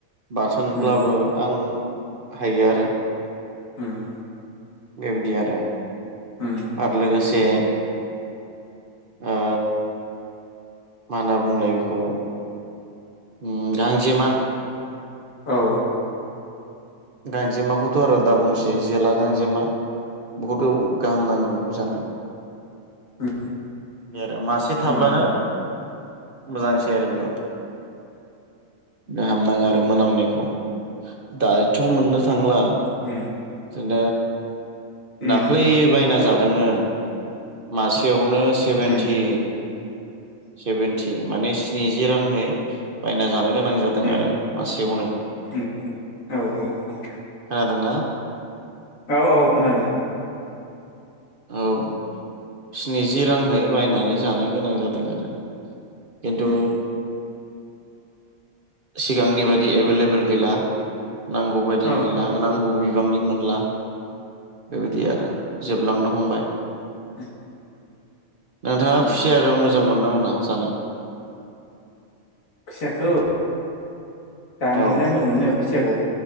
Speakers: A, on the right; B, on the left.
A: बाथोनब्लाबो
B: उम
A: आं हायो आरो।
B: उम
A: बेबायदि आरो
B: उम
A: आरो लोगो से ओ मा होनना बुंलाय बेखौ उम गांजेमा
B: औ
A: गांजेमाखौथ' आरो दा बुंसै जोला गांजेमा बुहुथ औ गाहाम नाङो बेखौ जानो। बिदि
B: उम
A: आरो मासे थाब्लानो
B: उम
A: मोजांसै आरो बेयाव। गाहाम नाङो आरो मोनामनायखौ दायथ' मोननो थांला।
B: उम
A: ओ
B: उम
A: दाख्लै बायना जादोंमोन मासेयावनो सेभेनथि
B: उम
A: सेभेनथि माने स्नि जि राङै बायना जानो गोनां जादों
B: उम
A: आरो मासेयावनो।
B: उम <unintelligible>
A: खोनादोंना?
B: औ औ खोनादों।
A: औ स्निजि रांहै बायनानै जानो गोनां जादों आरो। किन्थु
B: उम
A: सिगांनि बायदि एभेलेबेल गैला नांगौ बायदि
B: औ
A: गैला नांगौ बिबांनि मोनला बेबायदि आरो जोबलांनो हमबाय।
B: <unintelligible>
A: नोंथाङा
B: उम
A: खुसिया मोजां मोननो मोना जानो?
B: खुसियाखौ जानोलाय
A: औ
B: मोजां मोनो। खुसियाखौ